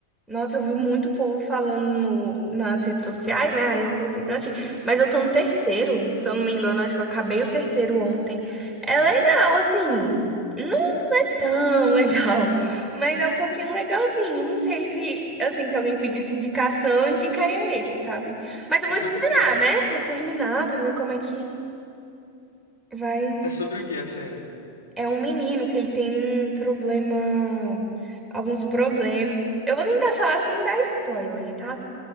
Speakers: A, in the centre; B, on the left.
A: Nossa, eu vi muito povo falando no- nas redes sociais, né? Aí eu coloquei pra assistir. Mas eu tô no terceiro, se eu não me engano, acho que eu acabei o terceiro ontem. É legal, assim. Não é tão <laughs> legal, mas é um pouquinho legalzinho. Não sei se, assim, se alguém pedisse indicação, eu indicaria esse, sabe? Mas eu
B: É
A: vou
B: sobre
A: esperar,
B: o quê?
A: né? Vou terminar pra ver como é que vai.
B: É sobre o quê a série?
A: É um menino que ele tem um problema. Alguns problemas. Eu vou tentar falar sem dar spoiler, tá?